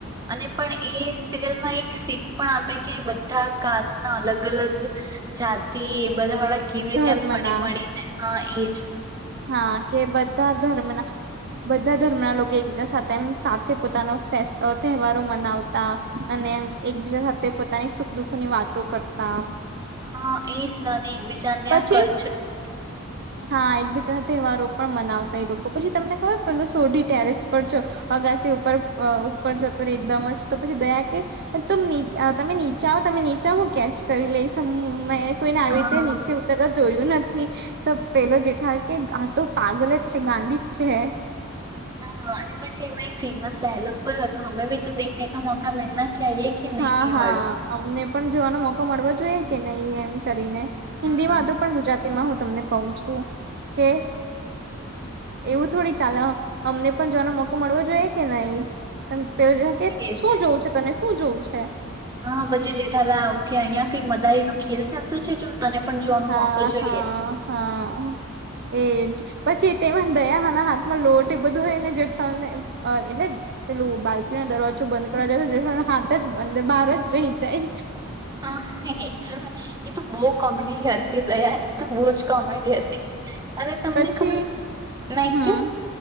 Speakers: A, on the right; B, on the right.
A: અને પણ એ સિરિયલ માં એક શીખ પણ આપે કે બધા કાસ્ટ ના અલગ અલગ જાતિ એ બધાળ કેવી
B: ધર્મ
A: રીતે એમ હડી
B: ના
A: મળીને હા એ
B: હા કે બધા ધર્મના બધા ધર્મના લોકો એકજા સાથે તેમ સાથે પોતાનો તહેવારો મનાવતા અને એકબીજા સાથે પોતાની સુખ દુઃખની વાતો કરતા
A: હા એજ ન એકબીજાને
B: પછી
A: આ કલ્ચર
B: હા એકબીજાના તહેવારો પણ મનાવતા એ લોકો પછી તમને ખબર પે સોઢી ટેરેસ પર જો અગાસી ઉપર ઉપર જતો રે એકદમ જ તો પછી દયા કે ત તમે નીચા આવ તમે નીચા હું કેચ કરી લઈશ મે કોઈને આવી
A: હા
B: રીતે
A: હા
B: નહી શવતર જોયું નથી તો પેલો જેઠા કે આ તો પાગલ જ છે ગાંડી જ છે
A: હા. અને પછી એમાં એક ફેમસ ડાયલોગ પર હતો અમે ભી તો દેખને ક મોકા મિલના ચાહીએ કે નહીં
B: હા
A: એ
B: હા
A: વાળો
B: અમને પણ જોવાનો મોકો મળવો જોઈએ કે નહી એમ કરીને હિન્દીમાં
A: હા
B: હતુ પણ ગુજરાતી માં હું તમને કઉ છું કે એવું થોડી ચલે અમને પણ જોવાનો મોકો મળવો જોઈએ કે નહી ત પેલો જો કે
A: એજ
B: શું જોવું છે તને શું જોઉ <inaudible>
A: હા પછી જેઠાલા આવું કેહ અહિયાં કઈ મ મદારી નો ખેલ ચાલતું છે જો તને પણ જોવાનો
B: હા
A: મોકો જોઈએ
B: હા હા એજ પછી તેમાં દયા હના હાથમાં લોટ એ બધું હોય ને જેઠા ને એટલે પેલું બાલ્કીનો દરવાજો બંધ કરવા જાય તો જેઠા હાથ જ બ બહાર જ રહી જાય
A: હા એ તો બહુ કોમેડી હતી દયા એ તો બહુ જ કોમેડી હતી અને તમને
B: પછી
A: ખબર મે
B: હા
A: કુ